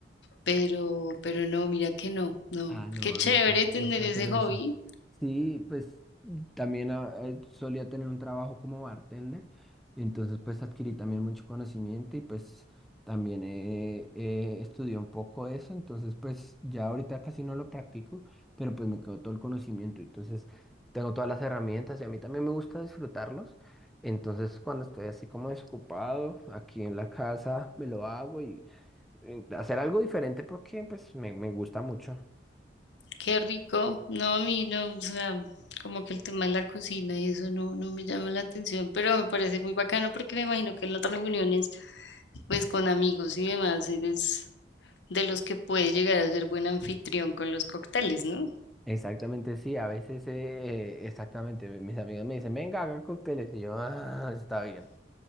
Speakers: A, on the left (about 75°); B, in the centre.
A: Pero, pero no, mira que no, no.
B: Ah, no,
A: Qué chévere
B: a mí sí me
A: tener
B: gusta
A: ese
B: hacer eso.
A: hobby,
B: Sí, pues también ah, eh, solía tener un trabajo como bartender, entonces pues adquirí también mucho conocimiento y pues también eh, eh, estudié un poco eso, entonces pues ya ahorita casi no lo practico, pero pues me quedó todo el conocimiento, entonces tengo todas las herramientas y a mí también me gusta disfrutarlos, entonces cuando estoy así como desocupado aquí en la casa me lo hago eh, hacer algo diferente porque pues me, me gusta mucho.
A: qué rico. No, a mí no, o sea, como que el tema de la cocina y eso no, no me llama la atención, pero me parece muy bacano porque me imagino que en las reuniones, pues con amigos y demás, eres de los que puede llegar a ser buen anfitrión con los cócteles, ¿no?
B: Exactamente, sí, a veces, eh, exactamente, mi- mis amigos me dicen, venga, haga cócteles, y yo, ah, está bien,